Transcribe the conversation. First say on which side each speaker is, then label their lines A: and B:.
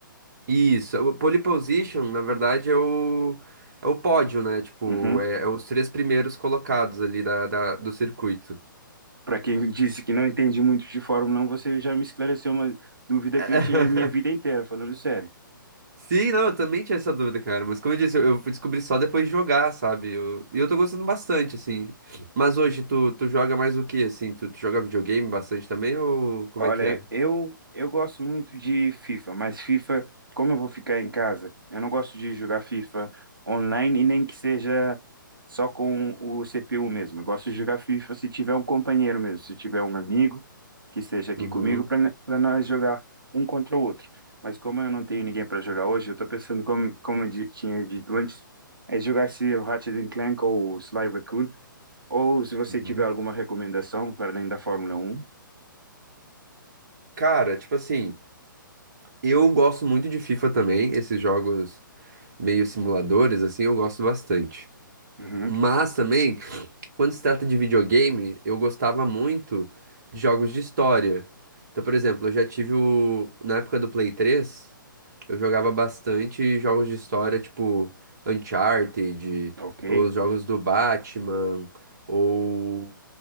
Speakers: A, on the right (about 50°); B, on the right (about 80°).
A: Isso, o pole position, na verdade, é o, é o pódio, né? Tipo,
B: Uhum.
A: é, é os três primeiros colocados ali da, da- do circuito.
B: Para quem <laughs> disse que não entende muito de Fórmula um você já me esclareceu uma dúvida
A: <laughs>
B: que eu tinha minha vida inteira, falando sério.
A: Sim, não, eu também tinha essa dúvida, cara. Mas como eu disse, eu, eu fui descobrir só depois de jogar, sabe? Eu- E eu, tô gostando bastante, assim. Mas hoje, tu, tu joga mais o quê, assim? Tu, tu joga videogame bastante também ou como
B: Olha,
A: é que é?
B: eu, eu gosto muito de FIFA, mas FIFA, como eu vou ficar em casa, eu não gosto de jogar FIFA online e nem que seja só com o CPU mesmo. Eu gosto de jogar FIFA se tiver um companheiro mesmo, se tiver um amigo que esteja aqui
A: Uhum,
B: comigo para para nós jogar um contra o outro. Mas como eu não tenho ninguém para jogar hoje, eu estou pensando como como eu di- tinha dito antes, é jogar esse Ratchet and Clank ou Sly Raccoon, ou se você
A: uhum.
B: tiver alguma recomendação para além da Fórmula Um.
A: Cara, tipo assim, eu gosto muito de FIFA também, esses jogos meio simuladores, assim, eu gosto bastante.
B: Uhum,
A: Mas também, Quando se trata de videogame, eu gostava muito de jogos de história. Então, por exemplo, eu já tive o... Na época do Play 3, eu jogava bastante jogos de história, tipo Uncharted,
B: ok.
A: ou os jogos do Batman, ou...